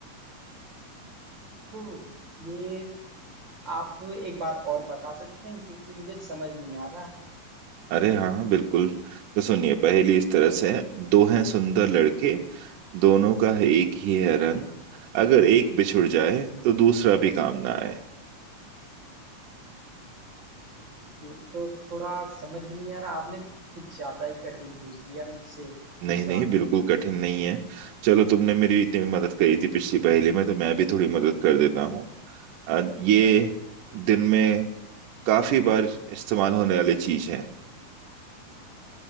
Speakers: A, on the right; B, on the right.
A: तो ये आप एक बार और बता सकते हैं क्योंकि मुझे समझ नहीं आ रहा
B: अरे हाँ हाँ बिल्कुल तो सुनिए पहेली इस तरह से है दो हैं सुंदर लड़के दोनों का है एक ही है रंग अगर एक बिछुड़ जाए तो दूसरा भी काम ना आए
A: ये तो थोड़ा समझ भी नहीं आ रहा आपने कुछ ज्यादा ही कठिन पूछ लिया मुझसे
B: नहीं
A: इस
B: नहीं
A: बार
B: बिल्कुल
A: तो
B: कठिन नहीं है चलो तुमने मेरी इतनी मदद करी थी पिछली पहेली में तो मैं भी थोड़ी मदद कर देता हूँ अ, ये दिन में काफी बार इस्तेमाल होने वाली चीज है